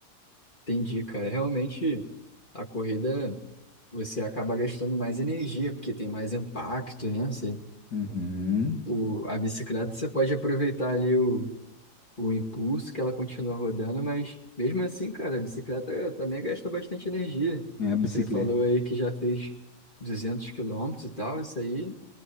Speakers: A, on the left; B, on the left.
A: Entendi, cara. Realmente, a corrida, você acaba gastando mais energia, porque tem mais impacto, né? Você,
B: Uhum.
A: o, a bicicleta, você pode aproveitar ali o, o impulso que ela continua rodando, mas mesmo assim, cara, a bicicleta também gasta bastante energia.
B: É a bicicleta.
A: Você falou aí que já fez 200 quilômetros e tal, isso aí